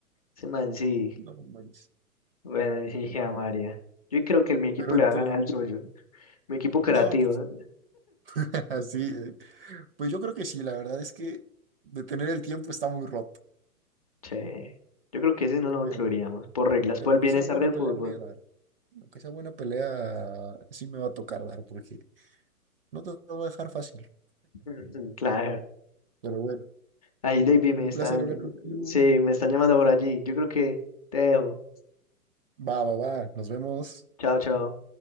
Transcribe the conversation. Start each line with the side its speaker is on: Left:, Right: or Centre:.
Left: ese man sí.
Right: <laughs> no manches.
Left: Bueno, sí, a María. Yo creo que mi equipo
Right: Pero
Left: le
Right: entre.
Left: va a ganar al suyo. Mi equipo creativo.
Right: No, pues <laughs> así. eh. Pues yo creo que sí, la verdad es que detener el tiempo está muy roto.
Left: Che, yo creo que ese no lo
Right: Pero,
Left: incluiríamos, por reglas,
Right: pero
Left: por
Right: aunque
Left: el bienestar
Right: sea buena
Left: del
Right: pelea,
Left: fútbol.
Right: voy a dar. Aunque sea buena pelea, sí me va a tocar dar, porque No te lo voy a dejar fácil.
Left: <laughs> Ujú, Claro.
Right: Pero bueno,
Left: Ahí, David, me
Right: un
Left: están,
Right: placer hablar contigo.
Left: sí, me están llamando por allí. Yo creo que te dejo.
Right: Va, va, va. Nos vemos.
Left: Chao, chao.